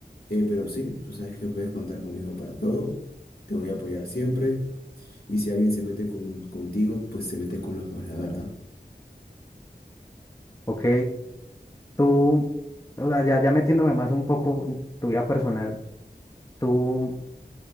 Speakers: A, on the left; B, on the left.
A: Eh, pero sí, tú sabes que puedes contar conmigo para todo, te voy a apoyar siempre y si alguien se mete con, contigo, pues se mete con los dos, la verdad.
B: Ok, tú, o sea, ya, ya metiéndome más un poco en tu vida personal, ¿tú